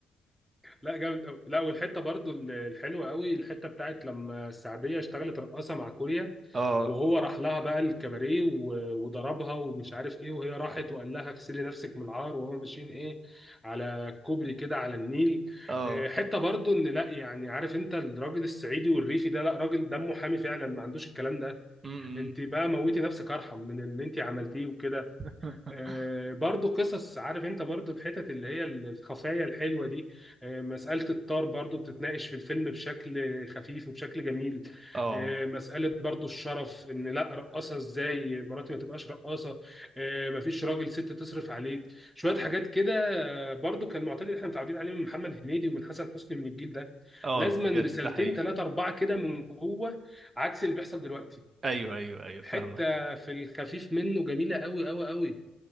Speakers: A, in the centre; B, on the right.
A: لا جامد قوي لا والحته برضو الحلوه قوي الحته بتاعت لما السعوديه اشتغلت رقاصه مع كوريا
B: اه
A: وهو راح لها بقى الكباريه و- وضربها ومش عارف ايه وهي راحت وقال لها اغسلي نفسك من العار وهما ماشيين ايه على كوبري كده على النيل
B: اه
A: آه، حته برضو ان لا يعني عارف انت الراجل الصعيدي والريفي ده لا راجل دمه حامي فعلا ما عندوش الكلام ده
B: م-م.
A: انت بقى موتي نفسك ارحم من اللي انت عملتيه وكده
B: <laughs>
A: آه، برضو قصص عارف انت برضو الحتت اللي هي الخفايا الحلوة دي آه، مسألة الطار برضو بتتناقش في الفيلم بشكل خفيف وبشكل جميل
B: اه
A: آه، مسألة برضو الشرف ان لا رقاصة ازاي مراتي ما تبقاش رقاصة آه، مفيش راجل ست تصرف عليك شوية حاجات كده آه، برضو كان معتاد اللي احنا متعودين عليه من محمد هنيدي ومن حسن حسني من الجيل ده
B: اه
A: لازما
B: بجد
A: رسالتين
B: ده حقيقي
A: ثلاثة أربعة كده من جوه عكس اللي بيحصل دلوقتي
B: ايوه ايوه ايوه
A: حتة
B: فاهمك
A: في الخفيف منه جميلة قوي قوي قوي